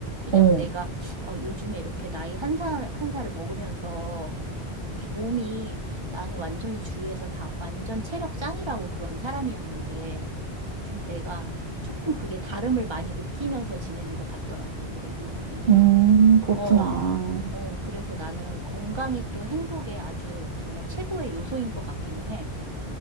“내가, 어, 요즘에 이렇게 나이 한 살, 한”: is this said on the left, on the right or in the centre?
Right